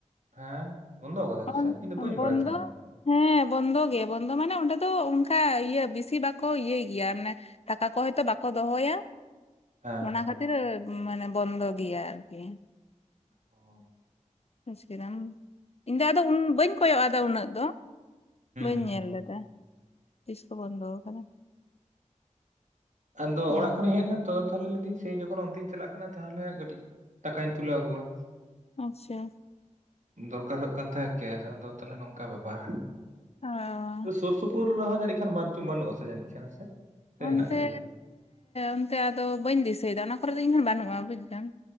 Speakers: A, on the right (about 70°); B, on the left (about 55°).
A: ᱦᱮᱸ ᱵᱚᱱᱫᱚ ᱟᱠᱟᱫᱟ
B: ᱵᱚᱱ-
A: ᱠᱚ ᱥᱮ ᱤᱧ ᱫᱚ ᱵᱟᱹᱧ
B: ᱵᱚᱱᱫᱚ
A: ᱵᱟᱲᱟᱭ ᱛᱟᱦᱮᱸᱜᱼᱟ
B: ᱦᱮᱸ ᱵᱚᱱᱫᱚ ᱜᱮ ᱵᱚᱱᱫᱚ ᱢᱟᱱᱮ ᱚᱸᱰᱮ ᱫᱚ ᱚᱱᱠᱟ ᱤᱭᱟᱹ ᱵᱤᱥᱤ ᱵᱟᱠᱚ ᱤᱭᱟᱹᱭ ᱜᱮᱭᱟ ᱢᱟᱱᱮᱜ ᱴᱟᱠᱟ ᱠᱚ ᱦᱚᱭᱛᱚ ᱵᱟᱠᱚ ᱫᱚᱦᱚᱭᱟ
A: ᱦᱮᱸ
B: ᱚᱱᱟ ᱠᱷᱟᱹᱛᱤᱨ ᱢᱟᱱᱮ ᱵᱚᱱᱫᱚ ᱜᱮᱭᱟ ᱟᱨᱠᱤ
A: ᱦᱩᱸ
B: <unintelligible> ᱠᱮᱫᱟᱢ ᱤᱧ ᱫᱚ ᱟᱫᱚ ᱩᱱ ᱵᱟᱹᱧ ᱦᱩᱭᱩᱜ ᱟᱫᱚ ᱩᱱᱟᱹᱜ ᱫᱚ ᱵᱟᱹᱧ
A: ᱦᱩᱸ
B: ᱧᱮᱞ ᱞᱮᱫᱟ ᱛᱤᱥ ᱠᱷᱚᱱ ᱵᱚᱱᱫᱚ ᱟᱠᱟᱫᱟ
A: ᱟᱫᱚ
B: ᱚᱱᱟᱜᱮ᱾
A: ᱚᱲᱟᱜ ᱠᱷᱚᱱᱤᱧ ᱦᱮᱡ ᱮᱱᱟ ᱛᱚ ᱛᱟᱦᱞᱮ ᱞᱟᱹᱭ ᱫᱟᱹᱧ ᱥᱮᱭ ᱡᱚᱠᱷᱚᱱ ᱚᱱᱛᱮᱧ ᱪᱟᱞᱟᱜ ᱠᱟᱱᱟ ᱛᱟᱦᱚᱞᱮ ᱠᱟᱹᱴᱤᱡ ᱴᱟᱠᱟᱹᱧ ᱛᱩᱞᱟᱹᱣ ᱟᱹᱜᱩᱣᱟ
B: ᱟᱪᱪᱷᱟ
A: ᱫᱚᱨᱠᱟᱨ ᱦᱩᱭᱩᱜ ᱠᱟᱱ ᱛᱟᱦᱮᱸᱫ ᱠᱮᱥ ᱟᱫᱚ ᱛᱟᱦᱚᱞᱮ ᱱᱚᱝᱠᱟ ᱵᱮᱯᱟᱨ
B: ᱚᱸᱻ
A: ᱥᱩᱨ ᱥᱩᱯᱩᱨ ᱨᱮᱦᱚᱸ ᱡᱟᱹᱱᱤᱡ ᱠᱷᱟᱱ ᱵᱟᱹᱱᱩᱜᱼᱟ ᱥᱮ ᱡᱟᱹᱱᱤᱡ ᱠᱷᱟᱱ ᱥᱮ ᱥᱮ
B: ᱚᱱᱛᱮᱻ
A: ᱦᱮᱱᱟᱜ ᱜᱮᱭᱟ
B: ᱚᱱᱛᱮ ᱟᱫᱚ ᱵᱟᱹᱧ ᱫᱤᱥᱟᱹᱭ ᱮᱫᱟ ᱚᱱᱟ ᱠᱚᱨᱮ ᱫᱚ ᱤᱧ ᱦᱚᱸ ᱵᱟᱹᱱᱩᱜᱼᱟ ᱵᱩᱡᱫᱟᱢ